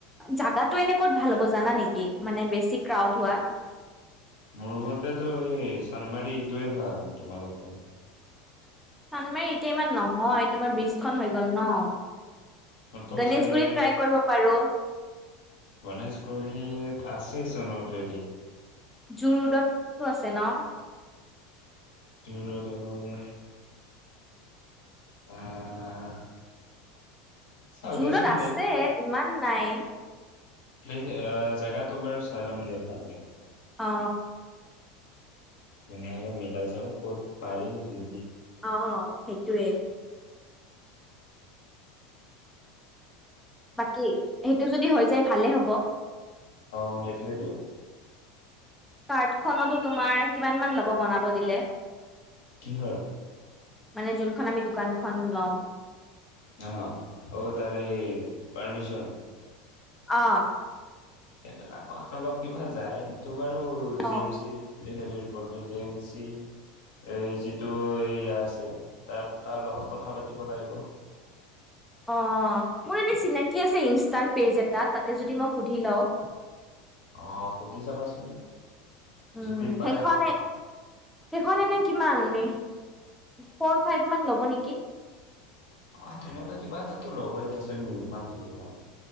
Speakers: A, in the centre; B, on the left (about 70°).
A: জাগাটো এনে ক'ত ভাল হ'ব জানা নেকি মানে বেছি ক্ৰাউড হোৱা
B: মোৰ মতেতটো সেই চান্দমাৰী এইটোৱে ভাল তোমালোকৰ
A: চান্দমাৰী এতিয়া ইমান নহয় তোমাৰ ব্ৰীজখন হৈ গ'ল ন
B: টল
A: গণেশগুৰিত
B: চাইডে
A: ট্ৰাই কৰিব পাৰো
B: গণেশগুৰিত আছে <unintelligible>
A: জুৰোডতটো আছে ন
B: জুৰোডত আহ চাও
A: জুৰোড
B: দিয়াচোন
A: আছে ইমান নাই
B: প্লে আহ জেগাতটো বাৰু চাই লম দিয়া ভালকে
A: অ
B: ধুনীয়াকে মিলাই চাও ক'ত পাৰি য
A: অ সে টোৱে বাকী সেইটো যদি হয় যাই ভালে হ'ব
B: অ সেইটোয়েতো
A: কাৰ্ডখনতো তোমাৰ কিমান মান ল'ব বনাব দিলে
B: কিহৰ
A: মানে যোনখন আমি দোকানখন লম
B: অ হ ও তাৰেই হেই পাৰ্মিছন
A: অ
B: এইবিলাকত অলপ কিবা যায় এইটো বাৰু জি
A: অ
B: এম চি সেইটো পল জি এম চি এই যিটো এই আছে তাৰ তাৰ লগত কথা পাতিব লাগিব
A: অ মোৰ এনে চিনাকি আছে ইনষ্টাৰ পেজ এটাত তাতে যদি মই সুধি লওঁ
B: অ সুধি চাবাচোন
A: উম
B: যদি পাই
A: সেইখনে
B: হয়
A: সেইখনে নে কিমান মে ফৰ ফাইভ মান ল'ব নেকি
B: অ তেনেকুৱা কিবা এটাতো ল'বই দিয়াচোন মিনিমাম সেইটো হয়